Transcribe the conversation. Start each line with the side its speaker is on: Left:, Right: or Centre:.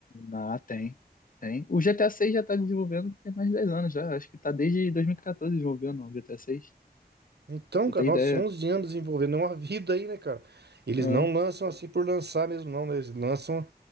Left: Ah, tem. Tem. O GTA 6 já está desenvolvendo tem mais de 10 anos já. Acho que está desde 2014 desenvolvendo o GTA 6.
Right: Então,
Left: Você
Right: cara,
Left: tem
Right: nossa,
Left: ideia?
Right: 11 anos desenvolvendo é uma vida aí, né, cara? Eles
Left: Ah,
Right: não lançam assim por lançar mesmo, não, né? Eles lançam